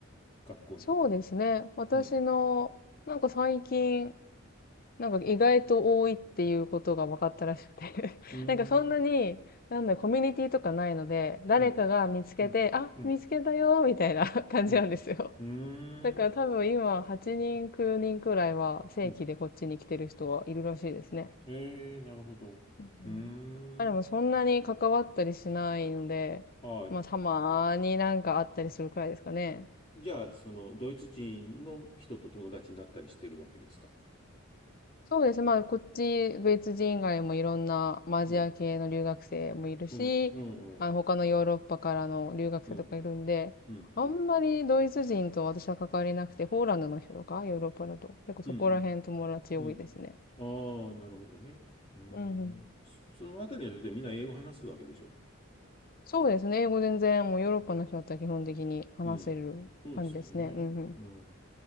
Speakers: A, on the left; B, on the left.
A: 学校に。
B: そうですね。私の、
A: うん。
B: なんか最近、なんか意外と多いっていうことが分かったらしくて <laughs>
A: うーん、
B: なんかそんなに、なんだ、コミュニティとかないので、誰かが見つけて、
A: うん、うん、
B: あ、
A: うん、
B: 見つけたよ、みたいな <laughs> 感じなんですよ。
A: うん、うーん、
B: だから多分今、8人、9人くらいは正規でこっちに来てる人はいるらしいですね。
A: うん。ええ、なるほど。
B: うんうんまあでもそんなに関わったりしないので、
A: うーん。ああ、
B: まあたまーになんかあったりするくらいですかね。
A: じゃあ、その、ドイツ人の人と友達になったりしてるわけですか
B: そうですね。まあこっち、ドイツ人以外もいろんなまあアジア系の留学生もいるし、
A: うん、うん、うん、うん、
B: あの他のヨーロッパからの留学生とかいるんで、
A: うん、うん。
B: あんまりドイツ人と私は関わりなくて、ポーランドの人とか、ヨーロッパだと、結構そこら辺友達多いですね。
A: うんうん。うん。ああ、なるほどね。うーん。
B: うんうん。
A: そそのあたりの人ってみんな英語話すわけでしょ
B: そうですね。英語全然もうヨーロッパの人だったら基本的に話せる感じですね。
A: うん。そうですよね。
B: うんうん。
A: うん。